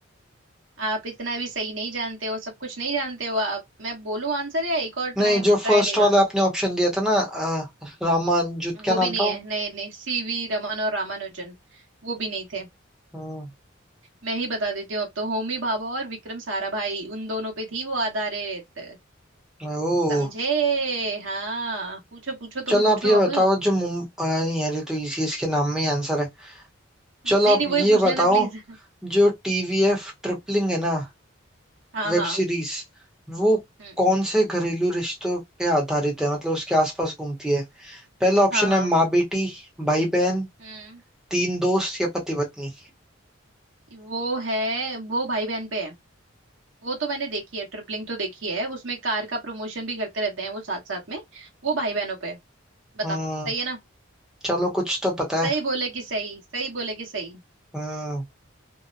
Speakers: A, on the right; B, in the centre.
A: आप इतना भी सही नहीं जानते हो सब कुछ नहीं जानते हो आप मैं बोलूं आंसर या एक और ट्राई
B: नहीं जो
A: ट्राई
B: फर्स्ट
A: लेगा
B: वाला आपने ऑप्शन दिया था ना अ, रामान जुत क्या
A: वो
B: नाम
A: भी नहीं
B: था वो
A: है नहीं नहीं सीवी रमन और रामानुजन वो भी नहीं थे
B: हम्म,
A: मैं ही बता देती हूँ अब तो होमी भाभा और विक्रम साराभाई उन दोनों पे थी वो आधारित
B: ओ
A: समझे हाँ पूछो पूछो तुम
B: चलो
A: पूछो
B: आप ये बताओ
A: अब हम्म,
B: जो मुम अ, नहीं यार ये तो इसी इसके नाम में ही आंसर है
A: नहीं
B: चलो आप
A: नहीं
B: ये
A: वही पूछ
B: बताओ
A: लेना प्लीज <laughs>
B: जो टीवीएफ ट्रिपलिंग है ना
A: हाँ
B: वेब
A: हाँ
B: सीरीज वो
A: हम्म
B: कौन से घरेलू रिश्तों पे आधारित है मतलब उसके आसपास घूमती है पहला ऑप्शन
A: हाँ हाँ
B: है माँ बेटी भाई बहन
A: हम्म
B: तीन दोस्त या पति पत्नी
A: वो है वो भाई बहन पे है वो तो मैंने देखी है ट्रिपलिंग तो देखी है उसमें कार का प्रमोशन भी करते रहते हैं वो साथ साथ में वो भाई बहनों पे है। बता
B: हम्म
A: सही है ना
B: चलो कुछ तो पता
A: सही
B: है
A: बोले कि सही सही बोले कि सही
B: हम्म